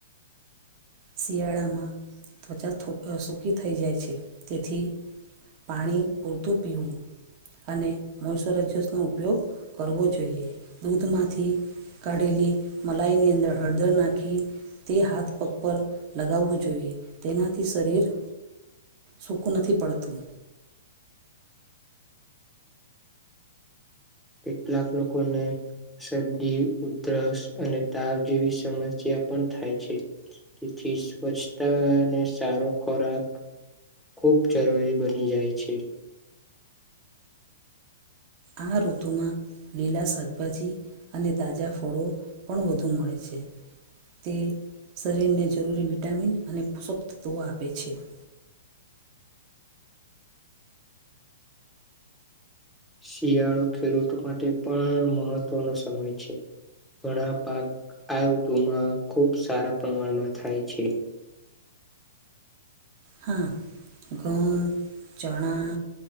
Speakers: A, on the right; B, in the centre.
A: શિયાળામાં ત્વચા સૂકી થઈ જાય છે, તેથી પાણી પૂરતું પીવુ અને મોરાઈઝસ નો ઉપયોગ, કરવો જોઈએ, દૂધમાંથી કાઢેલી, મલાઈ ની અંદર હળદર નાખી તે હાથ, પ પગમાં લગાવવુ, જોઈએ તેનાથી શરીર સૂકું નથી પડતુ
B: કેટલાક, લોકોને શરદી, ઉધરસ અને તાવ જેવી સમસ્યા પણ થાય છે. થી સ્વચ્છતા, અને સારો ખોરાક ખૂબ જરૂરી બની જાય છે.
A: આ ઋતુમાં લીલા શાકભાજી અને તાજા ફળો પણ વધુ મળે છે. તે શરીરને જરૂરી વિટામિન અને પોષક તત્વો આપે છે. <inaudible>
B: શિયાળો ખેડૂતો માટે પણ મહત્વનો સમય છે. ઘણા પાક આ ઋતુમાં ખુબ સારા પ્રમાણમાં થાય છે.
A: હા ઘઉં, ચણા,